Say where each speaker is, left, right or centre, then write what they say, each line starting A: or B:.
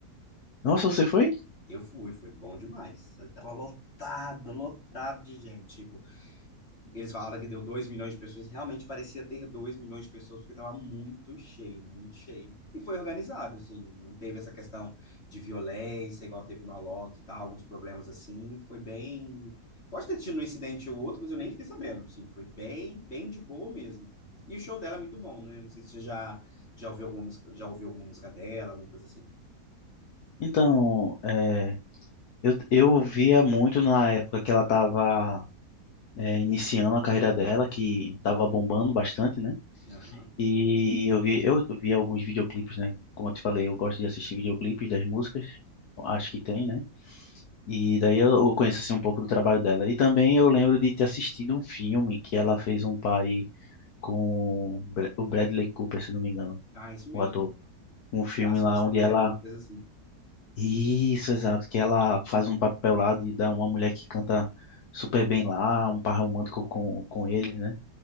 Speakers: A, on the left; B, on the left.
A: Nossa, você foi?
B: Eu fui, foi bom demais. Tava lotado, lotado de gente. Tipo, Eles falaram que deu 2 milhões de pessoas e realmente parecia ter 2 milhões de pessoas, porque estava muito cheio, muito cheio. E foi organizado, assim, não teve essa questão de violência, igual teve no Alok e tal, alguns problemas assim. Foi bem. Pode ter tido um incidente ou outro, mas eu nem fiquei sabendo, assim, foi bem, bem de boa mesmo. E o show dela é muito bom, né? Não sei se você já, já ouviu alguma música, já ouviu alguma música dela, alguma coisa assim.
A: Então, é, eu, eu via muito na época que ela estava iniciando a carreira dela, que estava bombando bastante, né?
B: Aham.
A: E eu vi, eu vi alguns videoclipes, né? Como eu te falei, eu gosto de assistir videoclipes das músicas, acho que tem, né? E daí eu conheço assim um pouco do trabalho dela. E também eu lembro de ter assistido um filme que ela fez um pai com o Bra- o Bradley Cooper, se não me engano,
B: Ah, isso mesmo.
A: o ator. Um filme
B: Nasce
A: lá
B: uma estrela,
A: onde ela
B: alguma coisa assim.
A: Isso, exato, que ela faz um papel lá de dar uma mulher que canta super bem lá, um par romântico com, com ele, né?